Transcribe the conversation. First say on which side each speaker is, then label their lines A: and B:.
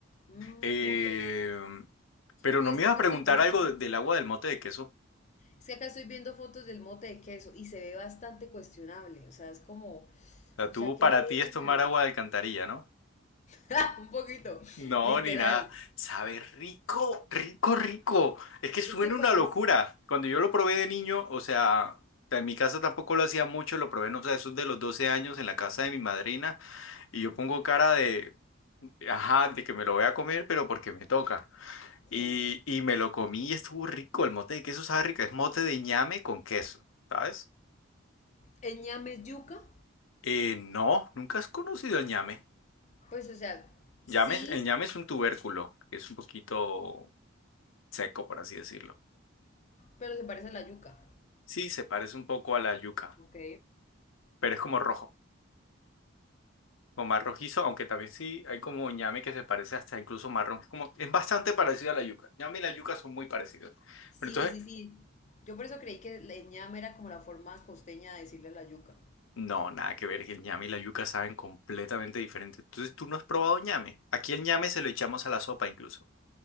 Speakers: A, on the left; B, on the left.
A: Mm,
B: Eh,
A: ok.
B: pero
A: Uy,
B: no
A: es
B: me
A: que
B: ibas
A: acá
B: a preguntar
A: estoy viendo.
B: algo de- del agua del mote de queso.
A: Es que acá estoy viendo fotos del mote de queso y se ve bastante cuestionable. O sea, es como.
B: O sea,
A: O
B: tú
A: sea, ¿qué
B: para
A: le
B: ti
A: echan
B: es tomar
A: al,
B: agua de alcantarilla, ¿no?
A: <laughs> Un poquito,
B: No,
A: literal.
B: ni nada. Sabe rico, rico, rico. Es que suena
A: Es que parece,
B: una locura. Cuando yo lo probé de niño, o sea, en mi casa tampoco lo hacía mucho, lo probé, no sé, eso es de los 12 años en la casa de mi madrina. Y yo pongo cara de, ajá, de que me lo voy a comer, pero porque me toca. Y,
A: sí.
B: y me lo comí y estuvo rico. El mote de queso sabe rico. Es mote de ñame con queso, ¿sabes?
A: El ñame es yuca,
B: Eh, no, nunca has conocido el ñame.
A: pues o sea, sí,
B: Llame- el ñame es un tubérculo, que es un poquito seco, por así decirlo.
A: pero se parece a la yuca.
B: Sí, se parece un poco a la yuca,
A: Ok.
B: pero es como rojo, o más rojizo, aunque también sí hay como ñame que se parece hasta incluso marrón. Es como, es bastante parecido a la yuca. Ñame y la yuca son muy parecidos.
A: Sí,
B: Pero entonces,
A: sí, sí. Yo por eso creí que el ñame era como la forma costeña de decirle a la yuca.
B: no, nada que ver, que el ñame y la yuca saben completamente diferente. Entonces, ¿tú no has probado ñame? Aquí el ñame se lo echamos a la sopa incluso.